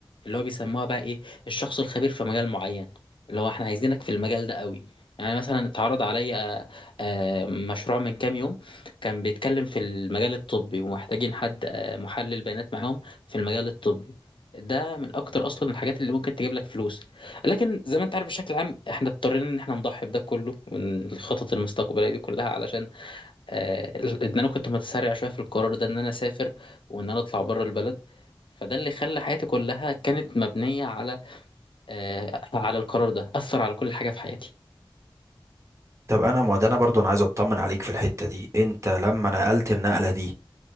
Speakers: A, on the left (about 65°); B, on the right (about 35°).
A: اللي هو بيسموها بقى ايه الشخص الخبير في مجال معين اللي هو احنا عايزينك في المجال ده قوي يعني مثلا اتعرض عليا آه، آه، مشروع من كام يوم كان بيتكلم في المجال الطبي ومحتاجين حد آه، محلل بيانات معاهم في المجال الطبي ده من اكتر اصلا الحاجات اللي ممكن تجيب لك فلوس لكن زي ما انت عارف بشكل عام احنا اضطرينا ان احنا نضحي بده كله من الخطط المستقبليه دي كلها علشان آه ان انا كنت متسرع شويه في القرار ده ان انا اسافر وان انا اطلع بره البلد فده اللي خلى حياتي كلها كانت مبنيه على آه على القرار ده اثر على كل حاجه في حياتي
B: طب انا ما ده انا برضو انا عايز اطمن عليك في الحتة دي انت لما نقلت النقلة دي